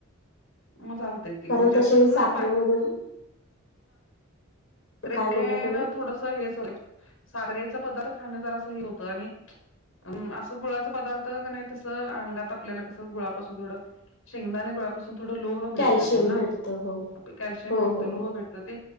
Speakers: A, on the left (about 80°); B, on the left (about 60°).
A: मग चालतय की
B: कारण
A: म्हणजे
B: तसेही
A: असं
B: साखरेमधून
A: नाही साखरे
B: काय बोलला तुम्ही
A: थोडस हेच साखरेचा पदार्थ खाण ज असं हे होतं आणि अ असं गुळाचा पदार्थ का नाही तसं अंगात आपल्याला कसं गुळापासून थोडं शेंगदाणे गुळापासून थोडं लोह मिळत
B: कॅल्शियम
A: ते ना
B: भेटत हो
A: कॅल्शियम
B: हो
A: भेटतं
B: हो
A: लोह
B: हो
A: भेटत. ते